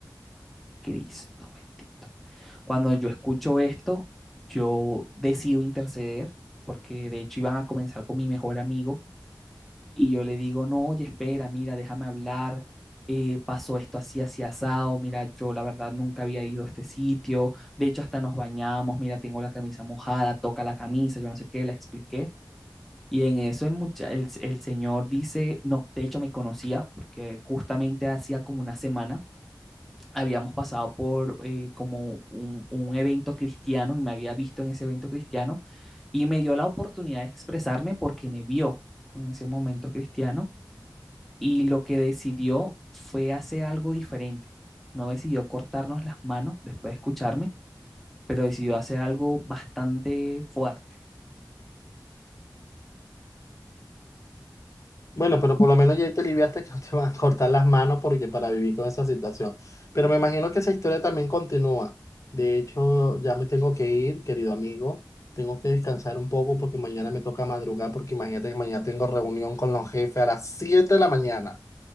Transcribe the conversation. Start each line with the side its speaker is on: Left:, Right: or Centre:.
Centre: Cristo bendito. Cuando yo escucho esto, yo decido interceder, porque de hecho iban a comenzar con mi mejor amigo y yo le digo, no, oye, espera, mira, déjame hablar, eh, pasó esto así, así asado, mira, yo la verdad nunca había ido a este sitio, de hecho hasta nos bañamos, mira, tengo la camisa mojada, toca la camisa, yo no sé qué, la expliqué. Y en eso el, mucha- el, el señor dice, no, de hecho me conocía porque justamente hacía como una semana habíamos pasado por eh, como un, un evento cristiano y me había visto en ese evento cristiano y me dio la oportunidad de expresarme porque me vio en ese momento cristiano y lo que decidió fue hacer algo diferente. No decidió cortarnos las manos después de escucharme, pero decidió hacer algo bastante fuerte. <laughs>
Left: Bueno, pero por lo menos ya te aliviaste que no te van a cortar las manos porque para vivir con esa situación. Pero me imagino que esa historia también continúa. De hecho, ya me tengo que ir, querido amigo. Tengo que descansar un poco porque mañana me toca madrugar porque imagínate que mañana tengo reunión con los jefes a las 7 de la mañana.